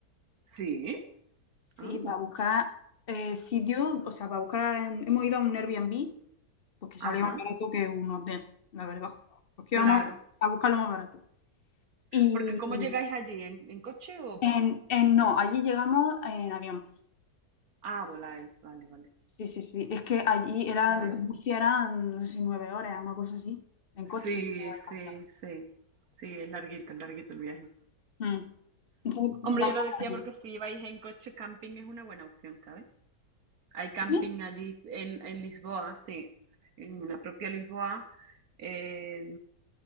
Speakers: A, on the right (about 70°); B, on the left (about 40°).
A: Sí,
B: Sí,
A: anda.
B: para buscar eh, sitios, o sea, para buscar. en- hemos ido a un Airbnb, porque salía
A: Ajá,
B: más barato que un hotel, la verdad. Porque
A: claro.
B: íbamos a buscar lo más barato. Y
A: Porque ¿cómo llegáis allí? ¿En, en coche o
B: en,
A: cómo?
B: en- no, allí llegamos en avión.
A: Ah, voláis. Vale, vale.
B: Sí, sí, sí. Es que allí eran,
A: Claro.
B: desde Murcia eran, no sé si nueve horas, una cosa así, en coche.
A: Sí,
B: o algo
A: sí,
B: así.
A: sí. Sí, es larguito, es larguito el viaje.
B: Mm. Entonces,
A: Hombre,
B: vamos
A: yo lo decía
B: a ver.
A: porque si vais en coche, camping es una buena opción, ¿sabes? Hay camping
B: Sí,
A: allí en, en Lisboa, sí, en la propia Lisboa, eh,